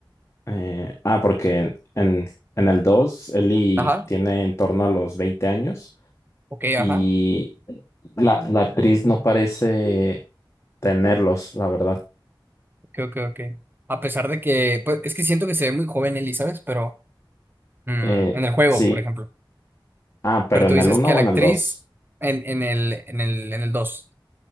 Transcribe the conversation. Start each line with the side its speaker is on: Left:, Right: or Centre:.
Left: eh, ah, porque en, en, el 2 Ellie
Right: ajá.
Left: tiene en torno a los 20 años
Right: Ok,
Left: y
Right: ajá.
Left: la, la actriz no parece tenerlos, la verdad.
Right: Creo que, ok. ok. A pesar de que, pues, es que siento que se ve muy joven Ellie, ¿sabes? Pero mm,
Left: Eh,
Right: en el juego,
Left: sí,
Right: por ejemplo.
Left: ah, pero
Right: Pero tú
Left: en
Right: dices
Left: el uno
Right: que a
Left: o
Right: la
Left: en
Right: actriz
Left: el dos
Right: en, en el, en el, en el dos.